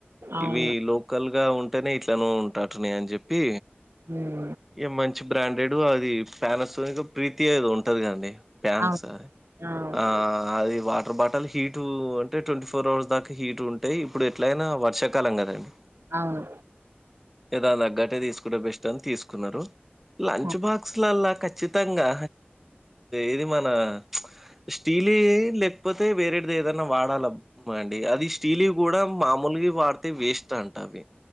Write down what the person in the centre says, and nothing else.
ఇవి లోకల్ గా ఉంటేనే ఇట్లనో ఉంట అటనే అని చెప్పి
ఇగ మంచి బ్రాండెడ్ అది ప్యానస్ ప్రీతి అది ఉంటది గండి ప్యాన్స్
ఆ అది వా ఇపుడు బటల్ హీటు అంటే ట్వంటీ ఫోర్ అవర్స్ దాకా హీట్ ఉంటయి ఇప్పుడు ఎట్లయినా వర్షాకాలం కదండి
ఏదాల గ్గట్టిది తీసుకుంటె బెస్ట్ అని తీసుకున్నారు లంచ్
బాక్స్లల్లా ఖచ్చితంగా ఇది మన స్టీలి లేకపోతే వేరేటిది ఏదనా వాడాల అండి అది స్టీలి కూడా మామూలు స్టీలీ వాడ్తే వేస్ట్ అంట అవి